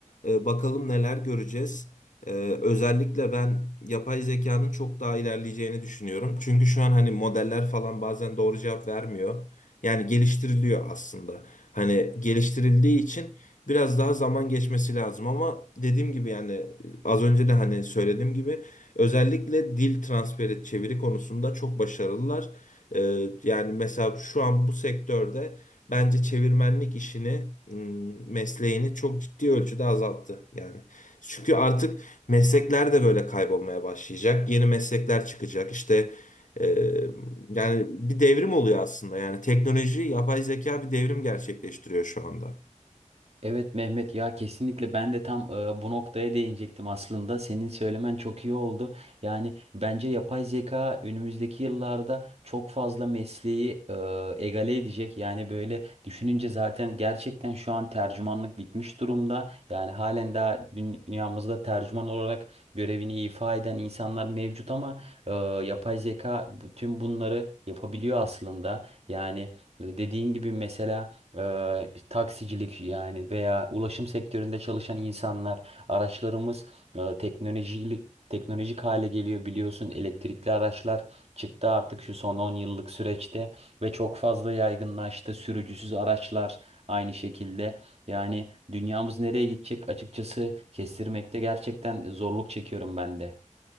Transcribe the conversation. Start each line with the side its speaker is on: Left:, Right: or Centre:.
Left: Ee, bakalım neler göreceğiz. Ee, özellikle ben yapay zekanın çok daha ilerleyeceğini düşünüyorum. Çünkü şu an hani modeller falan bazen doğru cevap vermiyor. Yani geliştiriliyor aslında. Hani geliştirildiği için biraz daha zaman geçmesi lazım ama dediğim gibi yani az önce de hani söylediğim gibi özellikle dil transferi çeviri konusunda çok başarılılar. Ee, yani mesela şu an bu sektörde bence çevirmenlik işini, ım, mesleğini çok ciddi ölçüde azalttı yani. Çünkü artık meslekler de böyle kaybolmaya başlayacak. Yeni meslekler çıkacak. İşte e, yani bir devrim oluyor aslında. Yani teknoloji, yapay zeka bir devrim gerçekleştiriyor şu anda.
Right: Evet Mehmet ya kesinlikle ben de tam e, bu noktaya değinecektim aslında. Senin söylemen çok iyi oldu. Yani bence yapay zeka önümüzdeki yıllarda çok fazla mesleği e, egale edecek. Yani böyle düşününce zaten gerçekten şu an tercümanlık bitmiş durumda. Yani halen daha dü- dünyamızda tercüman olarak görevini ifa eden insanlar mevcut ama e, yapay zeka bu- tüm bunları yapabiliyor aslında. Yani e, dediğin gibi mesela eee, taksicilik yani veya ulaşım sektöründe çalışan insanlar, araçlarımız eee, teknolojilik teknolojik hale geliyor biliyorsun elektrikli araçlar çıktı artık şu son 10 yıllık süreçte ve çok fazla yaygınlaştı sürücüsüz araçlar aynı şekilde yani dünyamız nereye gidecek açıkçası kestirmekte gerçekten zorluk çekiyorum ben de.